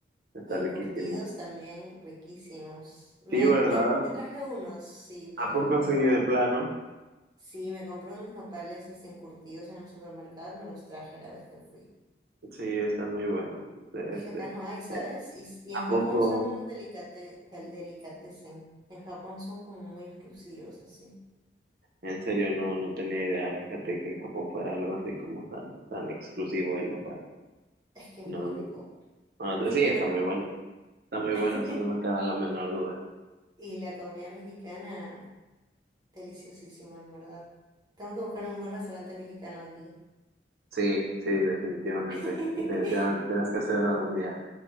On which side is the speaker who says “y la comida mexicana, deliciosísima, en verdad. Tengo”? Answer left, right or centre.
Right